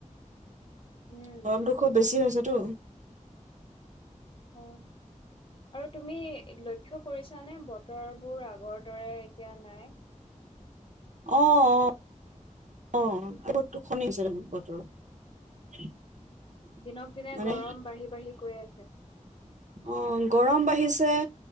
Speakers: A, on the left; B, on the right.
A: উম
B: গৰমটো খুব বেছি হৈছে টো
A: হয়। আৰু তুমি লক্ষ্য কৰিছা নে? বতৰবোৰ আগৰ দৰে এতিয়া নাই।
B: অ', অ' অ', <unintelligible> বতৰ
A: দিনক, দিনে
B: মানে
A: গৰম বাঢ়ি, বাঢ়ি গৈ আছে।
B: অ গৰম বাঢ়িছে